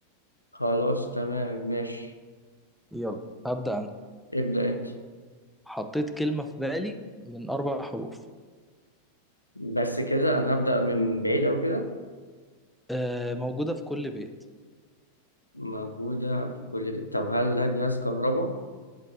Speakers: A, on the left; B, in the centre.
A: خلاص تمام ماشي
B: يلا هبدأ أنا
A: ابدا انت
B: حطيت كلمة في بالي من أربع حروف
A: بس كده انا هبدا من بعيد او كده
B: آه موجودة في كل بيت
A: موجوده في كل بيت طب هل ده جهاز كهرباء